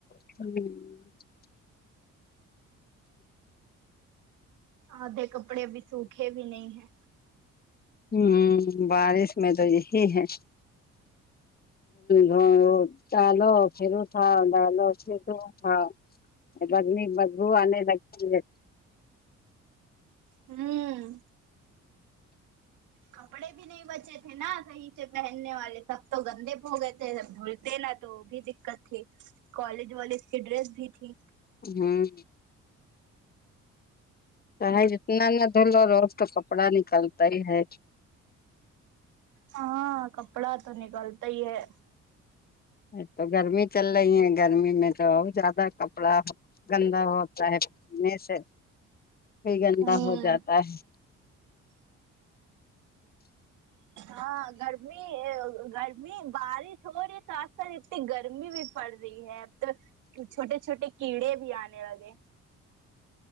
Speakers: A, on the left; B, on the right.
A: <unintelligible>
B: آدھے کپڑے ابھی سوکھے بھی نہیں ہے
A: ہوں بارش میں تو یہی ہے وہ ڈالو پھرو تھا ڈالو پھر اٹھو ہاں گندی بدبو انے لگتی ہے
B: ہوں کپڑے بھی نہیں بچے تھے نا صحیح سے پہننے والے سب تو گندے پھو گئے تھے کے جب دھوی نا تو بھی دقت تھی کالج والے اس کی ڈریس بھی تھی
A: ہوں ہے جتنا نہ دھ لو روز تو کپڑا نکلتا ہی ہے
B: ہاں کپڑا تو نکلتا ہی ہے
A: ایک تو گرمی چل لہی ہیں گرمی میں تو اور جیادہ کپڑا گندا ہوتا ہے پنے سے پھر یہ گندا
B: ہوں
A: ہو جاتا ہے
B: ہاں گرمی گرمی بارش ہو رہی ہے سات ساتھ اتنی گرمی بھی پڑ رہی ہے اب تو چھوٹے چھوٹے کیڑے بھی آنے لگے